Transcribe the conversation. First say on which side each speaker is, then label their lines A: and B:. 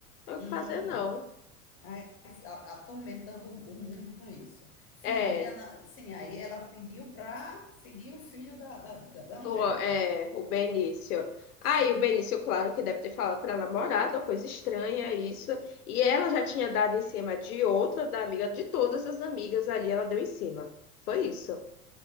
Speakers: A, on the left; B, on the left.
A: não tem o
B: Hum.
A: que fazer não.
B: Aí, a- atormentando o mundo com isso. Sim,
A: É.
B: aí ela, sim, aí ela pediu para seguir o filho da, da, da da
A: O,
B: Angélica.
A: é, o Benício. Aí
B: Sim.
A: o Benício, claro que deve ter falado para a namorada, uma coisa estranha isso. E ela já tinha dado em cima de outra, da amiga, de todas as amigas ali, ela deu em cima. Foi isso.